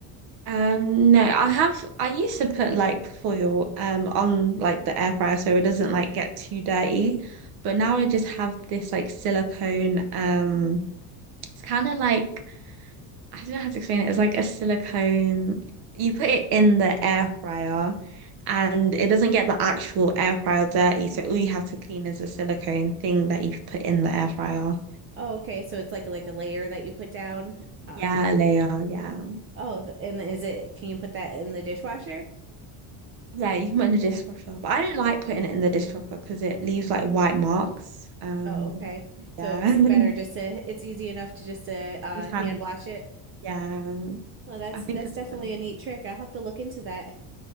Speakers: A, on the right (about 50°); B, on the right (about 30°).
A: Um, no, I have. I used to put like foil um on like the air fryer so it doesn't like get too dirty, but now I just have this like silicone. Um, it's kind of like I don't know how to explain it. It's like a silicone. You put it in the air fryer and it doesn't get the actual air fryer dirty. So all you have to clean is the silicone thing that you've put in the air fryer.
B: Oh, okay. So it's like like a layer that you put down. Uh,
A: Yeah, layer. Yeah.
B: oh, th- and is it, can you put that in the dishwasher?
A: Yeah, you can put it in the dishwasher. But I don't like putting it in the dishwasher because it leaves like white marks. Um,
B: Oh, okay. So
A: yeah.
B: it's better
A: <laughs>
B: just to, it's easy enough to just to uh,
A: It's hand
B: hand
A: wash.
B: wash it.
A: Yeah.
B: Well, that's
A: I think
B: that's
A: it's
B: definitely
A: a them.
B: a neat trick. I'll have to look into that.